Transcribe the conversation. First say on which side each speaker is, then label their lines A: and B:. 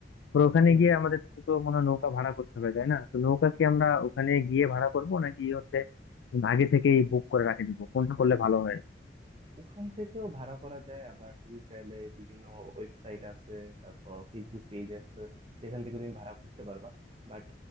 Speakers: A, on the left; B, on the right.
A: তো ওখানে
B: হুম
A: গিয়ে আমাদের তো মনে হয় নৌকা ভাড়া করতে হবে তাই না তো নৌকা কি আমরা ওখানে গিয়ে ভাড়া করব নাকি হচ্ছে আগে থেকেই বুক করে রাখে দিব কোনটা করলে ভালো হয়
B: ওখান থেকেও ভাড়া করা যায় আবার তুমি চাইলে বিভিন্ন ওয়েবসাইট আছে তারপর ফেসবুক পেজ আছে যেখান থেকে তুমি ভাড়া করতে পারবা বাট